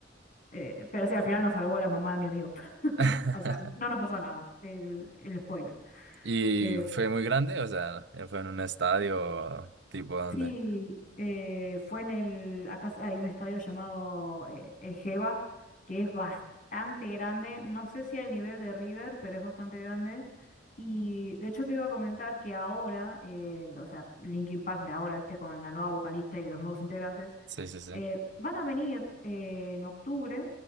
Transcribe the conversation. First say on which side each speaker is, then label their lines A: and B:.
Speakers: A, on the left; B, on the right.
A: eh, pero sí, al final nos salvó la mamá de mi amigo. <laughs>
B: <laughs>
A: O sea, no nos pasó nada, el, el spoiler.
B: Y
A: Eh,
B: fue muy grande, o sea, eh, fue en un estadio tipo donde.
A: Sí, eh, fue en el, acá hay un estadio llamado eh, el Geva, que es bastante grande, no sé si al nivel de River, pero es bastante grande. Y de hecho te iba a comentar que ahora, eh, o sea, Linkin Park de ahora, viste, con la nueva vocalista y los nuevos integrantes,
B: Sí, sí, sí.
A: eh, van a venir eh, en octubre,